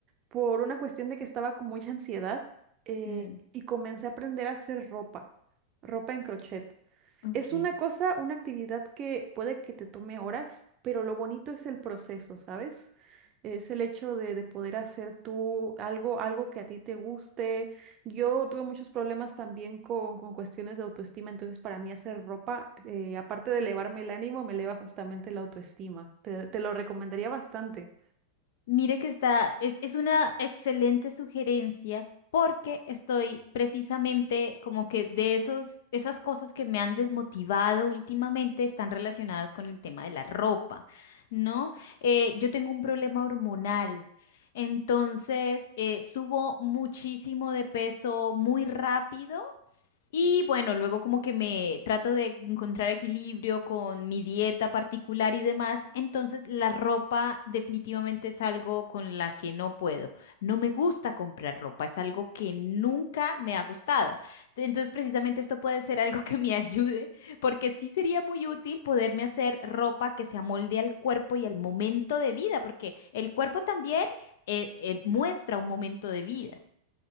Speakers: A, on the right (about 35°); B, on the left (about 55°).
A: por una cuestión de que estaba con mucha ansiedad eh,
B: Mm,
A: y comencé a aprender a hacer ropa, ropa en crochet.
B: ok.
A: Es una cosa, una actividad que puede que te tome horas, pero lo bonito es el proceso, ¿sabes? Es el hecho de, de poder hacer tú algo, algo que a ti te guste. Yo tuve muchos problemas también con, con cuestiones de autoestima, entonces para mí hacer ropa, eh, aparte de elevarme el ánimo, me eleva justamente la autoestima. Te, te lo recomendaría bastante.
B: Mire que está, es, es una excelente sugerencia porque estoy precisamente como que de esos, esas cosas que me han desmotivado últimamente están relacionadas con el tema de la ropa, ¿no? Eh, yo tengo un problema hormonal, entonces eh, subo muchísimo de peso muy rápido y bueno, luego como que me trato de encontrar equilibrio con mi dieta particular y demás, entonces la ropa definitivamente es algo con la que no puedo. No me gusta comprar ropa, es algo que nunca me ha gustado. Entonces precisamente esto puede ser algo que me <laughs> ayude, porque sí sería muy útil poderme hacer ropa que se amolde al cuerpo y al momento de vida, porque el cuerpo también eh, eh, muestra un momento de vida.